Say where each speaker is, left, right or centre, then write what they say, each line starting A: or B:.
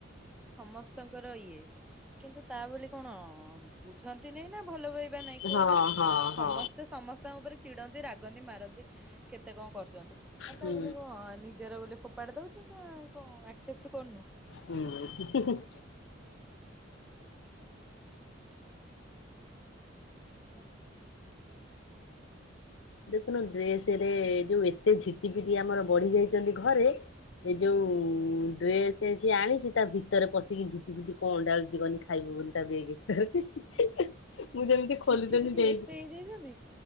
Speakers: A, in the centre; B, on the left.
A: ସମସ୍ତଙ୍କର ଇଏ। କିନ୍ତୁ ତା ବୋଲି କଣ ବୁଝନ୍ତିନି ନା ଭଲ ପାଇ ନାଇଁ
B: କି
A: କହୁନୁ
B: ହଁ ହଁ ହଁ
A: ସମସ୍ତେ ସମସ୍ତଙ୍କ ଉପରେ ଚିଡନ୍ତି ରାଗନ୍ତି ମାରନ୍ତି। କେତେ କଣ କରୁଛନ୍ତି ତା
B: ହୁଁ
A: ବୋଲି କଣ ନିଜର ବୋଲି ଫୋପାଡ଼ି ଦଉଛୁ। ନାଁ କଣ ଆକସେପଟ କରୁନୁ।
B: ହୁଁ।
A: <inaudible>
B: ଦେଖୁନ ଡ୍ରେସରେ ଯୋଉ ଏତେ ଝିଟି ପିଟି ଆମର ବଢି ଯାଇଛନ୍ତି ଘରେ। ଏ ଯୋଉ
A: ହୁଁ
B: ଡ୍ରେସ୍ ସେ ସିଏ ଆଣିଛି ତା ଭିତରେ ପଶିକି ଝିଟି ପିଟି କଣ ଅଣ୍ଡାଳୁଛି କହନି ଖାଇବ ବୋଲି ତା ବେଗେ ଭିତରେ। ମୁଁ ଯେମିତି
A: ଝିଠି
B: ଖୋଲୁଥିଲି
A: ପିଠି
B: ଡେଲି
A: ଏତେ ହେଇଯାଇଛନ୍ତି?